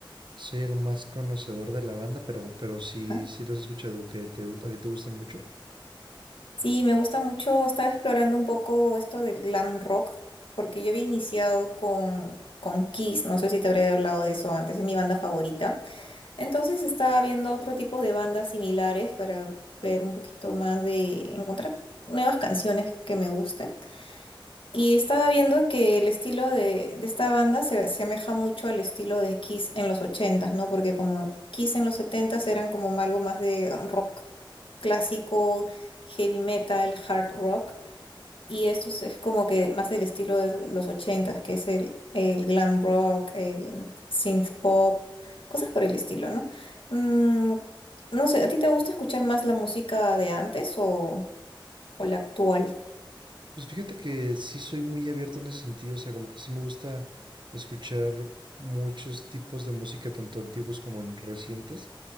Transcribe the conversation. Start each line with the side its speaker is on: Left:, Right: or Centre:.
Right: soy el más conocedor de la banda, pero, pero sí,
Left: Ajá.
Right: sí los he escuchado, que te, gu- a ti te gustan mucho.
Left: Sí, me gusta mucho. Estaba explorando un poco esto del glam rock, porque yo había iniciado con, con Kiss. No sé si te habré hablado de eso antes. Es mi banda favorita. Entonces estaba viendo otro tipo de bandas similares para ver un poquito más de encontrar nuevas canciones que me gusten. Y estaba viendo que el estilo de, de esta banda se asemeja mucho al estilo de Kiss en los ochentas ¿no? Porque como Kiss en los setentas eran como algo más de rock clásico, heavy metal, hard rock, y esto es es como que más del estilo de los ochentas que es el, el glam rock, el synth pop, cosas por el estilo, ¿no? Mm, no sé, ¿a ti te gusta escuchar más la música de antes o, o la actual?
Right: Pues fíjate que sí soy muy abierto en ese sentido, o sea, como que sí me gusta escuchar muchos tipos de música, tanto antiguos como recientes.